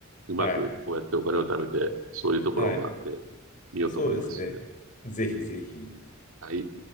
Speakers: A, on the right; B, on the left.
A: うまくこうやってお金を貯めて、
B: はい、
A: そういうところを回ってみようと思います。
B: はい。そうですね。ぜひぜひ。
A: はい。